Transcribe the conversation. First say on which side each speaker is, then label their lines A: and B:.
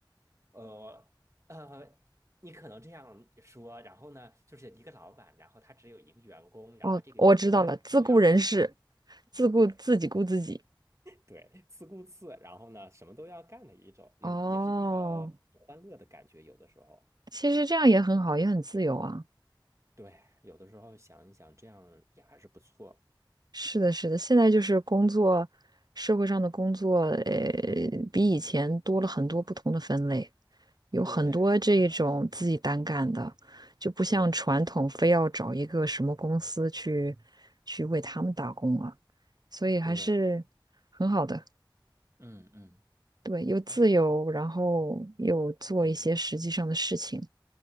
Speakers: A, on the right; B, on the right.
A: 呃呃，你可能这样说，然后呢，就是一个老板，然后他只有一个员工，然后这个员工他什么都要干，
B: 哦，我知道了，自雇人士，
A: <laughs>
B: 自雇自己雇自己。
A: 对对，自顾自，然后呢，什么都要干的一种，嗯，
B: 哦，
A: 也是一个很欢乐的感觉，有的时候，
B: 其实这样也很好，也很自由啊。
A: 对，有的时候想一想，这样也还是不错，
B: 是的，是的，现在就是工作，社会上的工作，呃，比以前多了很多不同的分类。有很多这种自己单干的，
A: 对，是的，
B: 就不像传统非要找一个什么公司去去为他们打工了，
A: 对
B: 所以还是很好的，
A: 对，嗯嗯
B: 对，又自由，
A: 啊
B: 然后又做一些实际上的事情，
A: 嗯。